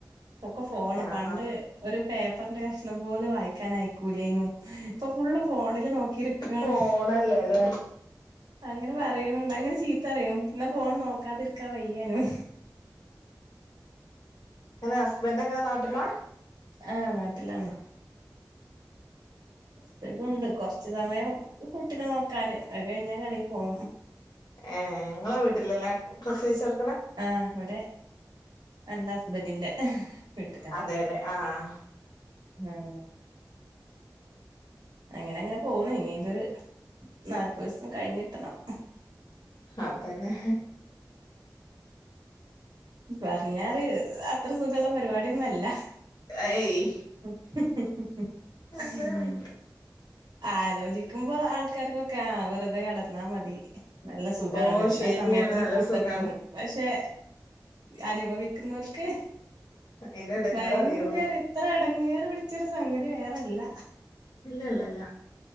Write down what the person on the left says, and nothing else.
ആഹ്
ഫോണല്ലേല്ലേ
ഇങ്ങളെ ഹസ്ബൻറ് എങ്ങനെ നാട്ടിലാ?
ഏഹ് ഇങ്ങളെ വീട്ടിലല്ലേ പ്രസവിച്ചട
അതേല്ലേ ആഹ്.
അതന്നെ.
ഏയ്
അതാണ്
ഓ
ശരിയാണ്
നല്ല
സുഖാണ്
അയിന്റെ എടങ്ങേറ്
അറിയുള്ളൂ
ഇല്ല ഇല്ല ഇല്ല